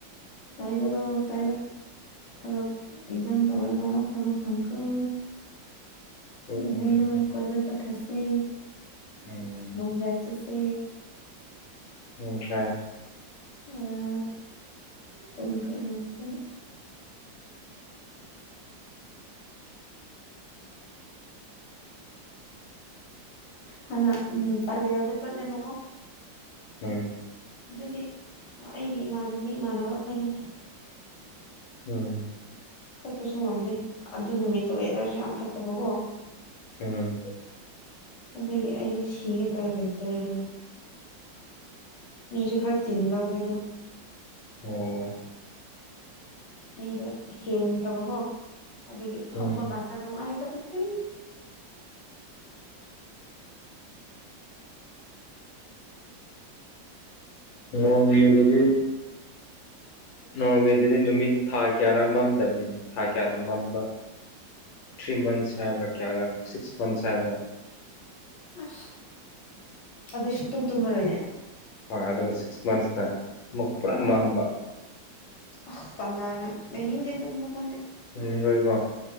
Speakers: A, on the left; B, on the left.
A: ꯄꯥꯏꯔꯣ ꯄꯥꯏꯔꯣ ꯊꯕꯛ ꯑꯦꯛꯖꯥꯝ ꯇꯧꯔꯒ ꯊꯕꯛ ꯐꯪꯈ꯭ꯔꯣ ꯑꯗꯨꯒ
B: ꯍꯣꯏ ꯐꯪꯈ꯭ꯔꯦ
A: ꯅꯩꯔꯣ ꯀꯣꯏꯕ ꯆꯠꯈ꯭ꯔꯁꯦ
B: ꯎꯝ
A: ꯂꯣꯡ ꯗ꯭ꯔꯥꯏꯕ ꯆꯠꯁꯦ
B: ꯌꯥꯗꯔꯦ
A: ꯑꯥ ꯇꯨꯝꯈ꯭ꯔꯦ ꯑꯉꯥꯡ ꯐꯖꯅ ꯍꯥꯟꯅ ꯎꯝ ꯄꯜꯂꯦꯟꯗ ꯆꯠꯂꯦꯕꯀꯣ
B: ꯎꯝ
A: ꯑꯗꯨꯗꯤ ꯑꯩꯒꯤ ꯏꯃꯥꯟꯅꯕꯤ ꯏꯃꯥꯟꯅꯕ ꯑꯩꯈꯣꯏꯗꯦꯗ
B: ꯎꯝ
A: ꯆꯠꯄꯁꯨ ꯉꯝꯗꯦ ꯑꯗꯨ ꯅꯨꯃꯤꯠꯇꯨ ꯋꯦꯗꯔꯁꯨ ꯌꯥꯝ ꯐꯠꯇꯕꯀꯣ
B: ꯎꯝ
A: ꯑꯗꯨ ꯑꯩꯗꯤ ꯁꯤꯒꯦ ꯇꯧꯋꯦꯕꯦꯠꯇꯔꯣ ꯃꯤꯁꯨ ꯈꯔ ꯆꯤꯟꯕꯈꯣꯏꯗꯣ
B: ꯑꯣ
A: ꯃꯤꯗꯣ ꯍꯦꯟꯈ꯭ꯔꯕꯀꯣ ꯑꯗꯨꯒꯤ ꯐꯃ
B: ꯎꯝ
A: ꯀꯥꯟꯗ ꯅꯨꯡꯉꯥꯏꯇꯕꯁꯤ
B: ꯃꯣꯟ ꯌꯦꯁꯦꯁꯤ ꯅꯣꯔꯋꯦꯗꯗꯤ ꯅꯨꯃꯤꯠ ꯊꯥ ꯀꯌꯥꯔ ꯃꯝꯗꯕꯅꯤꯅꯦ ꯊꯥ ꯀꯌꯥꯅ ꯃꯝꯕ ꯊ꯭ꯔꯤ ꯃꯟ ꯍꯥꯏ ꯀꯌꯥ ꯁꯤꯁ ꯃꯟꯊ
A: ꯑ ꯑꯗꯨꯗ ꯁꯨ ꯇꯨꯝ ꯇꯨꯝꯃꯔꯣꯏꯅꯦ
B: ꯍꯣꯏ ꯑꯗꯨꯒ ꯁꯤꯛꯁ ꯃꯟꯁꯅ ꯑꯃꯨꯛꯀ ꯄꯨꯔꯥ ꯃꯝꯕ
A: ꯑ ꯀꯅꯥꯅ ꯅꯅꯤ ꯍꯦ ꯑꯗꯨ ꯃꯐꯝꯗꯤ
B: ꯎꯝꯣꯏꯀꯣ